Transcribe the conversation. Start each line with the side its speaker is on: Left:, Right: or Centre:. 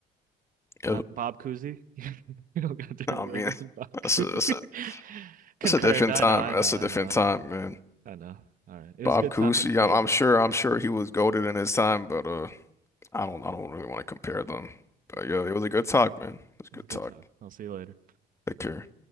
Left: Yep.
Right: Not Bob Cousy. <laughs> You don't got Derrick
Left: I mean,
Right: Rose and
Left: <laughs>
Right: Bob
Left: that's
Right: Cousy.
Left: a that's
Right: <laughs>
Left: a,
Right: Concurrent.
Left: that's a different
Right: I
Left: time.
Right: know. I
Left: That's
Right: know. I
Left: a different
Right: know.
Left: time, man.
Right: I know. All right. It was
Left: Bob
Right: good
Left: Cousy,
Right: talking to you,
Left: I'm, I'm
Right: bud.
Left: sure, I'm sure he was goated in his time, but uh, I don't, I don't really want to compare them. But
Right: it
Left: yeah, it was a good talk, man. It was a
Right: was
Left: good
Right: good
Left: talk.
Right: talk. I'll see you later.
Left: Take care.